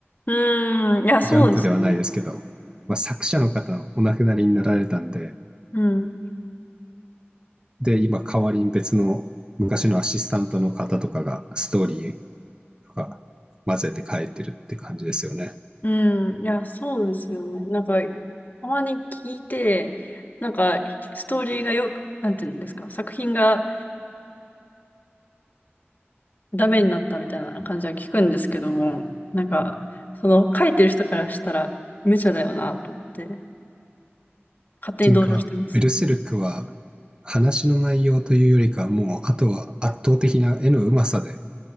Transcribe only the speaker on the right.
ジャンプではないですけど、まあ、作者の方お亡くなりになられたんで、
で、今代わりに別の昔のアシスタントの方とかがストーリーとか混ぜて書いてるって感じですよね。
っていうか、
ベルセルクは話の内容というよりかはもうあとは圧倒的な絵のうまさで